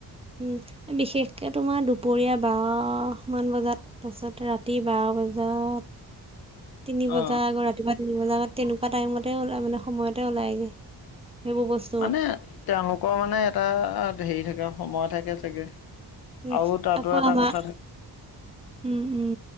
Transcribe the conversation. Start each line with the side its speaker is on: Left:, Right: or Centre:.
Right: উম, বিশেষকে তোমাৰ দুপৰীয়া বা'হ মান বজাত তাছত ৰাতি বাৱ বজাত তিনি
Left: অ
Right: বজা আকৌ ৰাতিপুৱা তিনি বজাৰ আগত তেনেকুৱা টাইমতে ওলাই মানে সময়তে ওলায়গে। সেইবো বছ
Left: মানে তেওঁলোকৰ মানে এটা হেৰি থাকে সময় থাকে চাগে!
Right: উম,
Left: আৰু তাতো
Right: আকৌ
Left: এটা
Right: আমাৰ
Left: কথা,
Right: উম, উম,